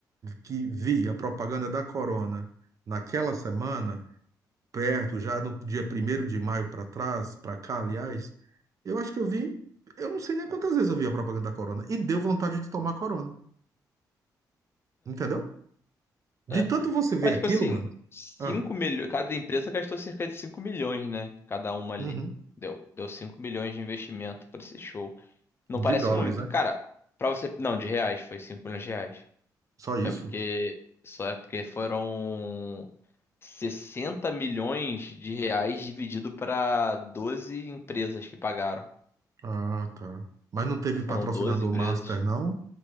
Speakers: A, on the right; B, on the left.
A: que vi a propaganda da Corona naquela semana, perto, já no dia primeiro de maio para trás, para cá, aliás, eu acho que eu vi, eu não sei nem quantas vezes eu vi a propaganda da Corona, e deu vontade de tomar Corona. Entendeu? De
B: É.
A: tanto você ver
B: Mas,
A: aquilo,
B: tipo assim,
A: mano.
B: cinco
A: Ah,
B: milhões. Cada empresa gastou cerca de 5 milhões, né? Cada uma ali.
A: uhum.
B: Deu, deu 5 milhões de investimento pra esse show. Não
A: De
B: parece
A: dólares,
B: muito.
A: né?
B: Cara, pra você. Não, de reais, foi 5 milhões de reais.
A: Só isso?
B: É porque. Só é porque foram 60 milhões de reais dividido pra 12 empresas que pagaram.
A: Ah, tá. Mas não teve
B: Foram
A: patrocinador
B: 12 empresas.
A: master, não?